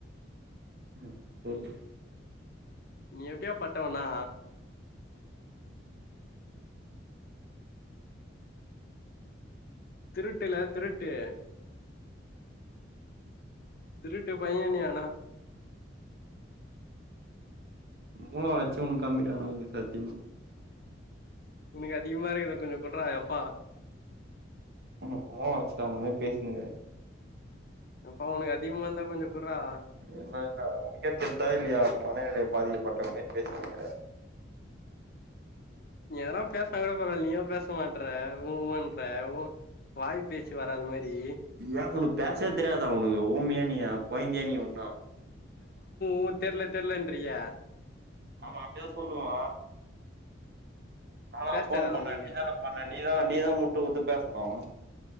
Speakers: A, on the right (about 55°); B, on the left (about 50°).
A: ம் டேய்
B: நீ எப்டியாபபட்டவன்னா திருட்டுல திருட்டு திருட்டு பைய நீ ஆனா
A: மூள வச்சுன்னு கம்மிடாணும்ங்க சாத்தியமா
B: உனக்கு அதிகமா இருக்றது கொஞ்சோ குட்றா எப்பா
A: அவுனுக்கு கோவம் வந்துருச்சுட ந்தமாதிரி பேசினுருக்குற
B: எப்பா உனக்கு அதிகமா இருந்தா கொஞ்சம் குட்றா
A: இல்ல இல்ல உனக்கே தெர்தா இல்லையா மனநிலை பாதிக்கப்பட்டவே மாதிரி பேசினேருக்கிற
B: நீ எதுனா பேசுனா கூட பரவால நீயும் பேச மாட்ற உ உன்ற உ வாய் பேச்சு வராத மாரி
A: ஏன் உனக்கு பேசவே தெரியாதா உனக்கு ஊமயா நீ கோழந்தய நீ உன்னும் தான்
B: இப்பவும் தெரில தெரிலன்ட்றிய
A: அவ அப்டிதா சொல்லுவா நானா
B: பேச
A: ஃபோன்
B: தெரியாதா
A: பண்ணே
B: உனக்கு
A: நீதான பண்ன நீதான் நீதான் முட்டு குடுத்து பேசணும்